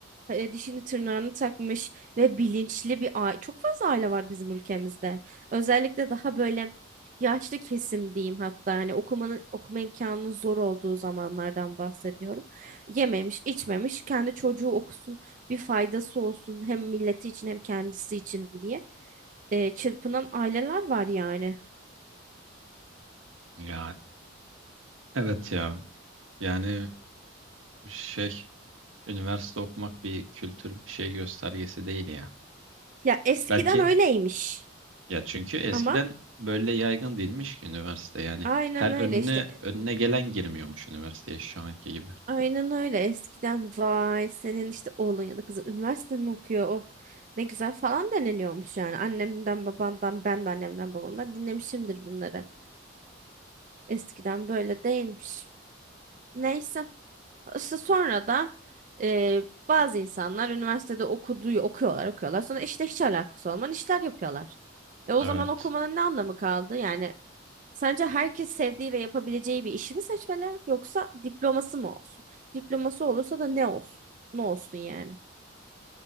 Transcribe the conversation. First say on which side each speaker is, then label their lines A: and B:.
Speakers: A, on the right; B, on the right.
A: e, dişini tırnağını takmış ve bilinçli bir aile. Çok fazla aile var bizim ülkemizde. Özellikle daha böyle yaşlı kesim diyeyim hatta hani okumanın okuma imkanının zor olduğu zamanlardan bahsediyorum. Yememiş, içmemiş, kendi çocuğu okusun, bir faydası olsun hem milleti için hem kendisi için diye e, çırpınan aileler var yani.
B: Ya evet ya. Yani şey üniversite okumak bir kültür bir şey göstergesi değil ya.
A: Ya eskiden
B: Belki
A: öyleymiş
B: ya çünkü eskiden
A: ama.
B: böyle yaygın değilmiş ki üniversite yani
A: Aynen
B: her
A: öyle
B: önüne
A: işte. e,
B: önüne gelen girmiyormuş üniversiteye şu anki gibi.
A: Aynen öyle. Eskiden vay senin işte oğlun ya da kızın üniversite mi okuyor? Oh ne güzel falan deniliyormuş yani. Annenden babandan ben de annemden babamdan dinlemişimdir bunları. Eskiden böyle değilmiş. Neyse. İşte sonra da e, bazı insanlar üniversitede okuduğu okuyorlar okuyorlar. Sonra işte hiç alakası olmayan işler yapıyorlar. E o
B: Evet.
A: zaman okumanın ne anlamı kaldı? Yani Sence herkes sevdiği ve yapabileceği bir işi mi seçmeli yoksa diploması mı olsun? Diploması olursa da ne olsun? Ne olsun yani?